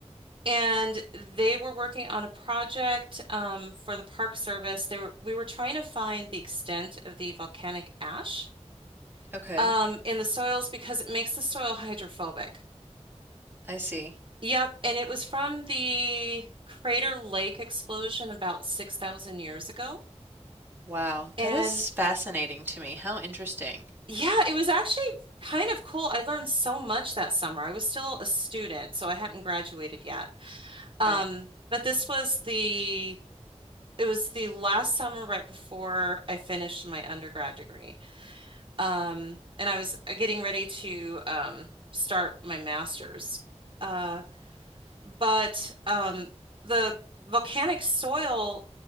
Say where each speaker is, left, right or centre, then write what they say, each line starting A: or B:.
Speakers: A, on the right; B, on the right.
A: And they were working on a project um, for the Park Service. They were we were trying to find the extent of the volcanic ash
B: Okay,
A: um, in the soils because it makes the soil hydrophobic.
B: I see.
A: Yep, and it was from the Crater Lake explosion about 6,000 years ago.
B: Wow,
A: And
B: that is fascinating to me. How interesting.
A: yeah, it was actually kind of cool. I learned so much that summer. I was still a student, so I hadn't graduated yet.
B: Right.
A: Um, but this was the it was the last summer right before I finished my undergrad degree. Um, and I was uh, getting ready to um, start my master's. Uh, but um, the volcanic soil,